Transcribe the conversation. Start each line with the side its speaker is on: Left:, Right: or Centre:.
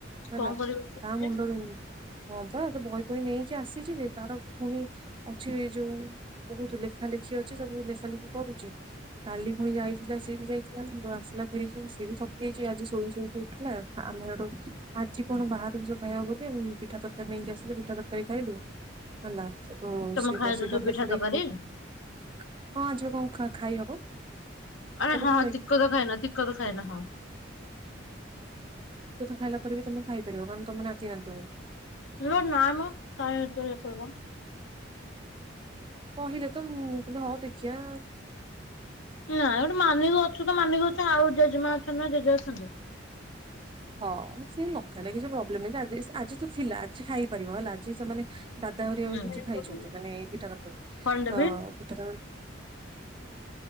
Right: ହେଲା
Left: କଣ କରିବ ସେ
Right: ତା ମୁଣ୍ଡ ବିି ହଁ ତ ଏ ବହି ଫହି ନେଇକି ଆସିଛି ଯେ ତାର ପୁଣି ଅଛି ଯୋଉ ବହୁତ ଲେଖା ଲେଖି ଅଛି ସବୁ ଲେଖା ଲେଖି କରୁଛି। କାଲି ପୁଣି ଯାଇଥିଲା ସେଇ ବି ଯାଇଛି। ପୁଅ ଆସିଲା ଖେଳିକି ସିଏ ବି ଥକି ଯାଇଛି ଆଜି ଶୋଇ ଶୋଇକି ଉଠିଲା ଆମେ ହେଟୁ ଆଜି କଣ ବାହାର ଜିନିଷ ଖାଇବ ବୋଲି ପିଠା ତରକାରୀ ନେଇକି ଆସିଲି ପିଠା ତରକାରୀ ଖାଇଲୁ ହେଲା ସେ ତ
Left: ତମେ
Right: ସିଏ
Left: ଖାଇଛ
Right: ବସେଇ ତାର
Left: ସବୁ ପିଠା
Right: ଲେଖା ଲେଖି
Left: ତରକାରୀ
Right: କରୁଛି ହଁ। ଖା ଖା ଖାଇ ହବ। <unintelligible>
Left: ଆରେ
Right: କଥା
Left: ହଁ ତିକତ ଖାଇନ ତିକତ ଖାଇନ ହଁ
Right: ଖାଇଲା ପରେ ବି ତମେ ଖାଇ ପାରିବ କାରଣ ତମ ନାତି ଆଣିଥିବ।
Left: ଲୋ ନା ମ କାଇଁ ଶୁଣୁଛ ଏତେ କଥା।
Right: କହିଲେ ତ ମୁଁ କହିଲେ ହଉ ଦେଖ। ସେୟା।
Left: ନା ଗୋଟେ ମାନିକି ଅଛି। ତୁତ ମାନିକି ଅଛୁ ଆଉ। ଜେଜ ମା ଅଛନ୍ତି ନା ଜେଜେ ଅଛନ୍ତି?
Right: ହଁ ସେ ନଖାଲେ କିଛି ପ୍ରବ୍ଲେମ ନାହିଁ ଯେ ଆଜି ସେ ଆଜି ତ ଥିଲା ଆଜି ଖାଇପାରିବ ହେଲା ଆଜି ସେମାନେ ଦାଦା ହରିକା
Left: ହୁଁ
Right: ବି କିଛି ଖାଇଚନ୍ତି ମାନେ ଏଇ ପିଠା ତରକାରୀ
Left: କଣ ଦେବି
Right: ତ ପିଠାତର